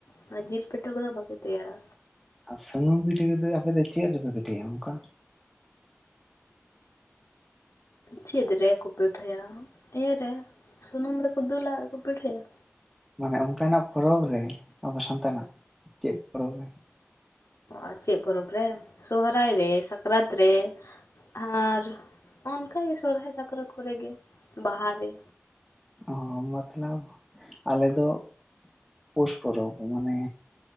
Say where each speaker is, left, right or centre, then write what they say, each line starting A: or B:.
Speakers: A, on the left (about 80°); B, in the centre.
A: ᱚᱱᱟ ᱡᱤᱞ ᱯᱤᱴᱷᱟᱹ ᱠᱚᱫᱚ ᱵᱟᱠᱚ ᱛᱮᱭᱟᱨᱟ᱾
B: ᱟᱨ ᱥᱩᱱᱩᱢ ᱯᱤᱴᱷᱟᱹ ᱠᱚ ᱫᱚ ᱟᱯᱮ ᱫᱚ ᱪᱮᱫ ᱨᱮᱯᱮ ᱯᱤᱴᱷᱟᱹᱭᱟ ᱚᱱᱠᱟ?
A: ᱪᱮᱫ ᱨᱮᱠᱚ ᱯᱤᱴᱷᱟᱹᱭᱟ, ᱤᱭᱟᱹ ᱨᱮ ᱥᱩᱱᱩᱢ ᱨᱮᱠᱚ ᱫᱩᱞᱟ ᱟᱨ ᱠᱚ ᱯᱤᱴᱷᱟᱹᱭᱟ᱾
B: ᱢᱟᱱᱮ ᱚᱱᱠᱟᱱᱟᱜ ᱯᱚᱨᱚᱵᱽ ᱨᱮ, ᱟᱵᱚ ᱥᱟᱱᱛᱟᱲᱟᱜ ᱪᱮᱫ ᱯᱚᱨᱚᱵᱽ ᱨᱮ
A: ᱟᱨ ᱪᱮᱫ ᱯᱚᱨᱚᱵᱽ ᱨᱮ, ᱥᱚᱦᱚᱨᱟᱭ ᱨᱮ ᱥᱟᱠᱨᱟᱛ ᱨᱮ ᱾ ᱟᱨ ᱚᱱᱠᱟᱜᱮ ᱥᱚᱨᱚᱦᱟᱭ ᱥᱟᱠᱨᱟᱛ ᱠᱚᱨᱮ ᱜᱮ ᱵᱟᱦᱟ ᱨᱮ᱾
B: ᱚ ᱢᱚᱛᱞᱚᱵ ᱟᱞᱮ ᱫᱚ, ᱯᱩᱥ ᱯᱚᱨᱚᱵᱽ ᱢᱟᱱᱮ